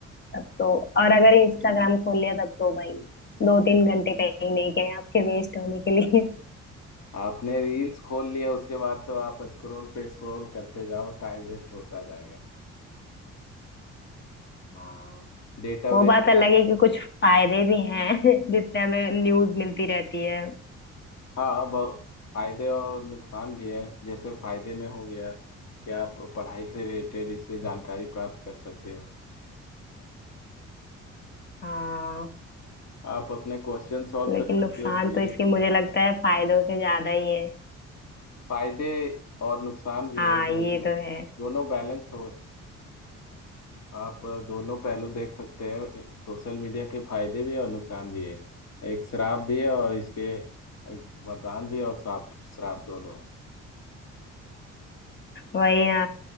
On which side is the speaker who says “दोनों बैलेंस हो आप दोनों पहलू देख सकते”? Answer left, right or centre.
Left